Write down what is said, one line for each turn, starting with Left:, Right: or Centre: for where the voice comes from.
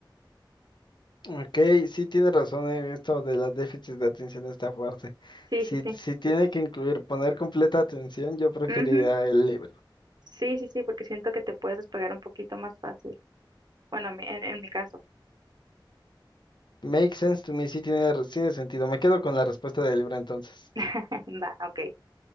Left: Ok, sí tienes razón, eh, esto de los déficits de atención está fuerte.
Right: Sí,
Left: Si,
Right: sí, sí.
Left: si tiene que incluir poner completa atención, yo preferiría
Right: Ujú.
Left: el libro.
Right: Sí, sí, sí, porque siento que te puedes despegar un poquito más fácil. Bueno, mi- en, en mi caso.
Left: Make sense to me, sí tiene, ra- tiene sentido. Me quedo con la respuesta del libro entonces.
Right: <laughs> Va, ok.